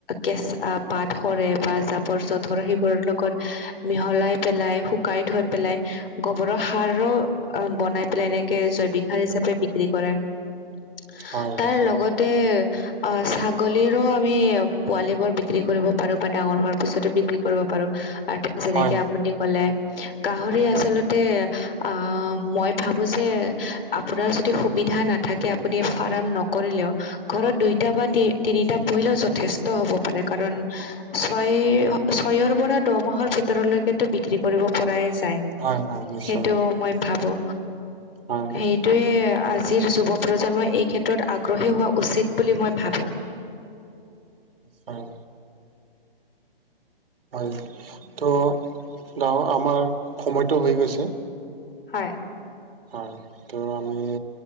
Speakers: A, on the left; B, on the right.
A: কেচা পাত সৰে বা জাবৰ জোথৰ বোৰৰ লগত এ এ এ হে মিহলাই পেলাই শুকাই থৈ পেলাই ই আহ্। গোবৰৰ সাৰো অ অহ বনাই পেলাই এনেকে জৈৱিক সাৰ হিচাপে বিক্ৰী কৰে। চু হা
B: হয়
A: আ আ তাৰ
B: নিশ্চয়
A: লগতে। আহ হা অ ছাগলীৰো আমি পোৱালী বোৰ বিক্ৰী কৰিব পাৰো বা ডাঙৰ হোৱাৰ পিছতো বিক্ৰী কৰিব পাৰো আ আ আ আৰু তে যেনেকে
B: হয়
A: আপুনি কলে। গাহঁৰি আচলতে আহ, মই ভাবো যে আপোনাৰ যদি সুবিধা নাথাকে আপুনি ফাৰ্ম নকৰিলেওঁ ঘৰত দুইটা বা তি তিনিটা পূহিলেও যথেষ্ট হ'ব পাৰে। কাৰণ ছয় ছয়ৰ পৰা দহঁমাহৰ ভিতৰলৈকেতো বিক্ৰী কৰিব পৰাই আছেঁ।
B: হয় হয় নিশ্চয়
A: সেইটোওঁ মই ভাবো
B: হয়
A: সেই। এইয়ে আজিৰ যুৱ প্ৰজন্মই এই ক্ষেত্ৰত আগ্ৰহী হোৱা উচিত বুলি মই ভাবোঁ।
B: হয়। হয় ত' নাৱ আমাৰ সময়টো হৈ গৈছে।
A: হয়।
B: হয়। ত' আমি